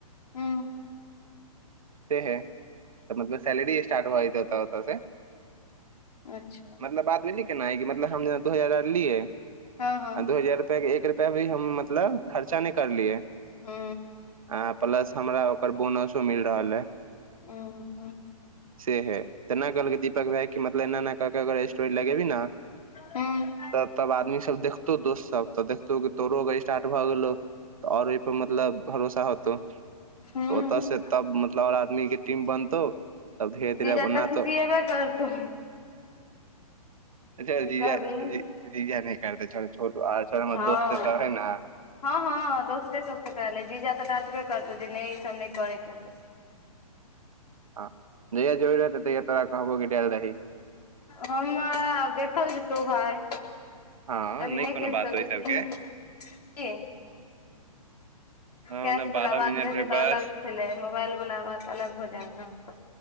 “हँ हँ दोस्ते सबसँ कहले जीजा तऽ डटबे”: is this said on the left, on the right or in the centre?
Left